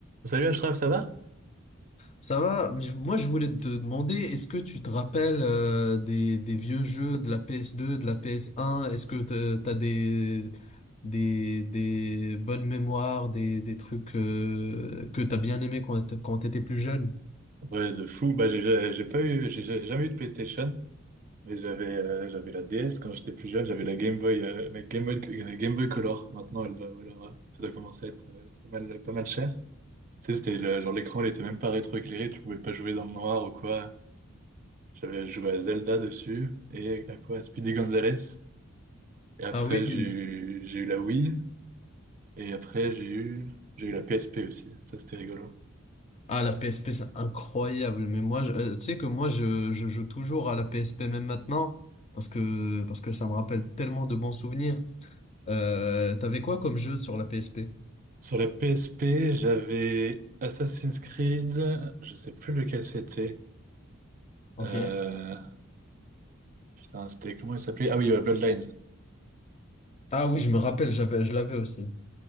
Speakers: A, on the right; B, on the left.
A: Salut Ashraf, ça va?
B: Ça va, mais je- moi je voulais te demander, est-ce que tu te rappelles euh, des, des vieux jeux de la PS2, de la PS1? Est-ce que te- t'as des, des, des bonnes mémoires, des, des trucs euh, que t'as bien aimé quand, t- quand t'étais plus jeune?
A: Ouais, de fou. Bah, j'ai j'ai- j'ai pas eu, j'ai j'ai jamais eu de PlayStation, mais j'avais euh, j'avais la DS quand j'étais plus jeune, j'avais la Game Boy, euh, ma Game Boy, la Game Boy Color. Maintenant, elle doit valoir, euh, ça doit commencer à être euh, pas mal, pas mal cher. Tu sais, c'était le- genre l'écran, il était même pas rétroéclairé, tu pouvais pas jouer dans le noir ou quoi. J'avais joué à Zelda dessus et à quoi? À Speedy Gonzales. Et après,
B: Ah oui?
A: j'ai eu, j'ai eu la Wii et après, j'ai eu, j'ai eu la PSP aussi. Ça, c'était rigolo.
B: Ah la PSP c'est incroyable, mais moi je- euh, tu sais que moi je, je joue toujours à la PSP même maintenant parce que, parce que ça me rappelle tellement de bons souvenirs. Euh, t'avais quoi comme jeu sur la PSP?
A: Sur la PSP, j'avais Assassin's Creed, je sais plus lequel c'était.
B: Ok.
A: Euh, Putain, c'était comment il s'appelait? Ah oui, euh, Bloodlines.
B: Ah oui, je me rappelle, j'avais, je l'avais aussi.